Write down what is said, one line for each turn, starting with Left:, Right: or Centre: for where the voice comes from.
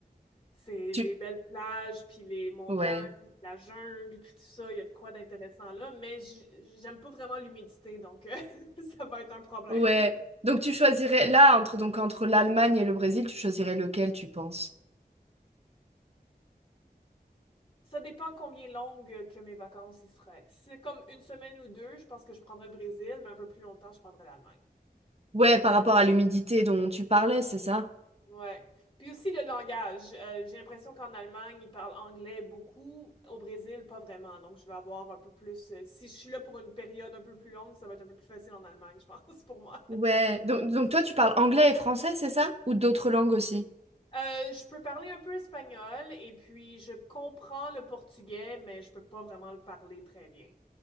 Left: c'est
Right: tu,
Left: les belles plages, puis les montagnes,
Right: ouais,
Left: la jungle, puis tout ça. Il y a de quoi d'intéressant là. Mais j- j'aime pas vraiment l'humidité, donc euh, <laughs> ça va être un problème.
Right: ouais. Donc tu choisirais là entre donc entre l'Allemagne et le Brésil, tu choisirais lequel tu penses?
Left: Ça dépend combien longues que mes vacances y seraient. Si c'est comme une semaine ou deux, je pense que je prendrais le Brésil, mais un peu plus longtemps, je prendrais l'Allemagne.
Right: Ouais, par rapport à l'humidité dont tu parlais, c'est ça?
Left: Ouais. Puis aussi le langage. Euh, j'ai l'impression qu'en Allemagne, ils parlent anglais beaucoup. Au Brésil, pas vraiment. Donc, je vais avoir un peu plus. euh, si je suis là pour une période un peu plus longue, ça va être un peu plus facile en Allemagne, je pense, <laughs> pour moi.
Right: Ouais. Donc, donc toi, tu parles anglais et français, c'est ça? Ou d'autres langues aussi?
Left: Euh, je peux parler un peu espagnol et puis je comprends le portugais, mais je peux pas vraiment le parler très bien.